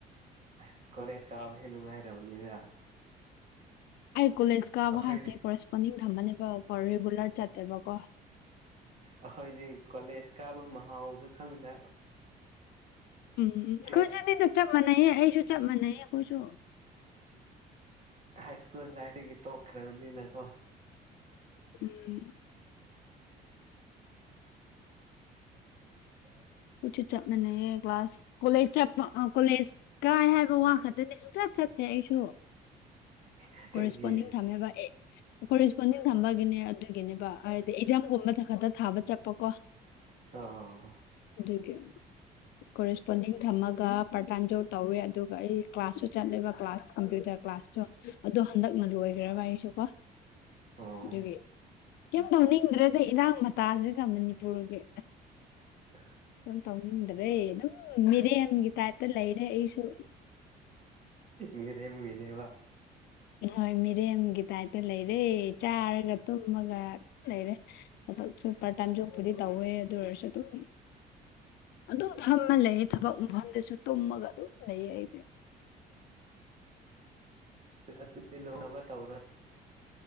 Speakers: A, on the right; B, on the left.
A: ꯑꯁ ꯀꯣꯂꯦꯖ ꯀꯥꯕꯁꯦ ꯅꯨꯡꯉꯥꯏꯔꯕꯅꯤꯗ꯫
B: ꯑꯩ ꯀꯣꯂꯦꯖꯀꯕ
A: ꯑꯩꯈꯣꯏꯗꯤ
B: ꯍꯥꯏꯁꯦ ꯀꯣꯔꯦꯁꯄꯣꯟꯗꯤꯡ ꯊꯝꯃꯅꯦꯕꯀꯣ ꯔꯤꯒꯨꯂꯔ ꯆꯠꯇꯦꯕꯀꯣ꯫
A: ꯑꯩꯈꯣꯏꯗꯤ ꯀꯣꯂꯦꯖ ꯀꯥꯕ ꯃꯍꯥꯎꯁꯨ ꯈꯪꯗ꯫
B: ꯎꯝ ꯑꯩꯈꯣꯏꯁꯨꯅꯤꯗ
A: ꯍꯥꯏ
B: ꯆꯞ ꯃꯥꯟꯅꯩ ꯑꯩꯁꯨ ꯆꯞ ꯃꯥꯟꯅꯩ ꯑꯩꯈꯣꯏꯁꯨ꯫
A: High school ꯂꯥꯏꯐꯒꯤ ꯇꯣꯛꯈ꯭ꯔꯕꯅꯤꯅꯀꯣ꯫
B: ꯎꯝ꯫
A: <unintelligible>
B: ꯈꯣꯏꯁꯨ ꯆꯞ ꯃꯅꯦꯌꯦ ꯀ꯭ꯂꯥꯁ ꯀꯣꯂꯦꯖ ꯆ ꯀꯣꯂꯦꯖ ꯀꯥꯏ ꯍꯥꯏꯕ ꯋꯥ ꯈꯛꯇꯅꯤ ꯁꯨꯡꯆꯠ ꯆꯠꯇꯦ ꯑꯩꯁꯨ꯫
A: ꯑꯩꯒꯤ
B: ꯀꯔꯦꯁꯄꯣꯟꯗꯤꯡ ꯊꯝꯃꯦꯕ ꯑꯩ꯫ ꯀꯣꯔꯦꯁꯄꯣꯟꯗꯤꯡ ꯊꯝꯕꯒꯤꯅꯦ ꯑꯗꯨꯒꯤꯅꯦꯕ ꯍꯥꯏꯗꯤ ꯑꯦꯛꯖꯥꯝꯒꯨꯝꯕ ꯈꯛꯇ ꯊꯥꯕ ꯆꯠꯄꯀꯣ꯫
A: <unintelligible> ꯑꯣ꯫
B: ꯑꯗꯨꯒꯤ ꯀꯣꯔꯦꯁꯄꯣꯟꯗꯤꯡ ꯊꯝꯃꯒ꯫ ꯄ꯭ꯔꯇꯥꯏꯝ ꯖꯣꯞ ꯇꯧꯋꯦ ꯑꯗꯨꯒ ꯑꯩ ꯀ꯭ꯂꯥꯁꯁꯨ ꯆꯠꯂꯤꯕ ꯀ꯭ꯂꯥꯁ ꯀꯝꯄ꯭ꯌꯨꯇꯔ ꯀ꯭ꯂꯥꯁꯁꯨ꯫ ꯑꯗꯣ ꯍꯟꯗꯛꯅ ꯂꯣꯏꯈ꯭ꯔꯕ ꯑꯩꯁꯨꯀꯣ
A: ꯑꯣ
B: ꯑꯗꯨꯒꯤ꯫ ꯀꯦꯝ ꯇꯧꯅꯤꯡꯗ꯭ꯔꯦꯗꯤ ꯏꯔꯥꯡ ꯃꯇꯥꯁꯤꯒ ꯃꯅꯤꯄꯨꯔꯒꯤ꯫
A: <unintelligible>
B: ꯀꯩꯝ ꯇꯧꯅꯤꯡꯗ꯭ꯔꯦ ꯑꯗꯨꯝ ꯃꯤꯔꯦꯝꯒꯤ ꯇꯥꯏꯞꯇ ꯂꯩꯔꯦ ꯑꯩꯁꯨ꯫
A: ꯃꯤꯔꯦꯝ ꯃꯤꯅꯦꯕ꯫
B: ꯍꯣꯏ ꯃꯤꯔꯦꯝꯒꯤ ꯇꯥꯏꯞꯇ ꯂꯩꯔꯦ ꯆꯥꯔꯒ ꯇꯨꯝꯃꯒ ꯂꯩꯔꯦ꯫ ꯊꯥꯕꯥꯛꯁꯨ ꯄꯥꯔꯇꯥꯏꯝ ꯖꯣꯞꯄꯨꯗꯤ ꯇꯧꯋꯦ ꯑꯗꯨ ꯑꯣꯏꯔꯁꯨ ꯑꯗꯨꯝ꯫ ꯑꯗꯨꯝ ꯐꯝꯃ ꯂꯩ ꯊꯕꯛ ꯃꯐꯝꯗꯁꯨ ꯇꯨꯝꯃꯒ ꯑꯗꯨꯝ ꯂꯩꯌꯦ ꯑꯩꯗꯤ꯫
A: ꯑꯗꯨꯗꯤ ꯅꯣꯛꯅꯕ ꯇꯧꯔꯣꯏ